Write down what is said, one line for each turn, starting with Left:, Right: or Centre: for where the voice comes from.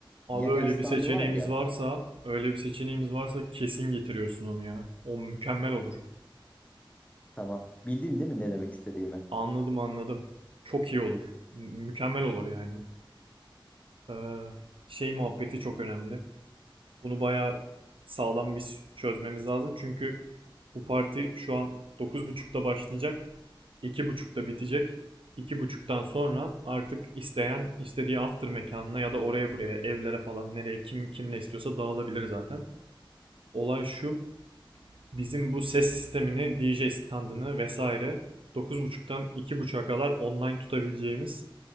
Right: Abi
Left: Yager
Right: öyle
Left: standı
Right: bir seçeneğimiz
Left: vardı ya.
Right: varsa, öyle bir seçeneğimiz varsa kesin getiriyorsun onu ya. O mükemmel olur.
Left: Tamam. Bildin değil mi ne demek istediğimi?
Right: Anladım anladım. Çok iyi olur. M- mükemmel olur yani. Ee, şey muhabbeti çok önemli. Bunu bayağı sağlam bir çözmemiz lazım. Çünkü bu parti şu an dokuz buçukta başlayacak. iki buçukta bitecek. iki buçuktan sonra artık isteyen istediği after mekanına ya da oraya buraya evlere falan nereye kim kimle istiyorsa dağılabilir zaten. Olay şu. Bizim bu ses sistemini, DJ standını vesaire dokuz buçuktan iki 2.30'a kadar online tutabileceğimiz